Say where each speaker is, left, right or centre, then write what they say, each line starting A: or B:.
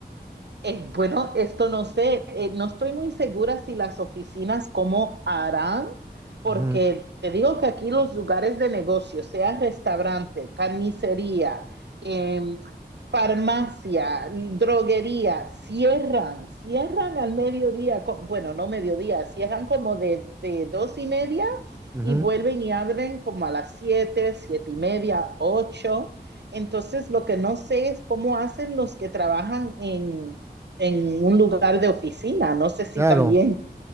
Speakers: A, on the right (about 85°); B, on the right (about 15°).
A: Eh, bueno, esto no sé, eh, no estoy muy segura si las oficinas cómo harán, porque
B: Ujú,
A: te digo que aquí los lugares de negocio, sea restaurante, carnicería, em, farmacia, droguería, cierran, cierran al mediodía, co- bueno, no mediodía, cierran como de, de dos y media
B: ujú,
A: y vuelven y abren como a las siete, siete y media, ocho. Entonces, lo que no sé es cómo hacen los que trabajan en en un lugar de oficina. No sé si
B: Claro,
A: también